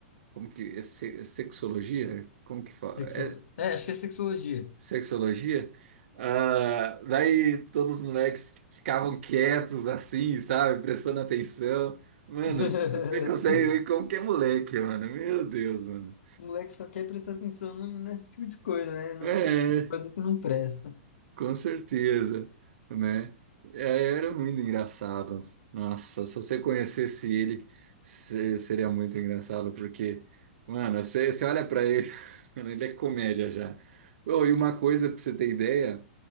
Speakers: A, on the right (about 60°); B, on the left (about 80°).
A: como que, é se- sexologia? Como que fala?
B: Sexo...
A: É,
B: É, acho que é sexologia.
A: Sexologia? Ah, daí todos os moleques ficavam quietos assim, sabe? Prestando atenção. Mano,
B: <laughs>
A: c- você consegue ver como que é moleque, mano. Meu Deus, mano.
B: O moleque só quer prestar atenção no- nesse tipo de coisa, né? Né,
A: É,
B: Nesse tipo de coisa que não presta.
A: com certeza, né? É, era muito engraçado. Nossa, se você conhecesse ele, se- seria muito engraçado, porque, mano, você, você olha pra ele, <laughs> mano, ele é comédia já. Oh, e uma coisa pra você ter ideia.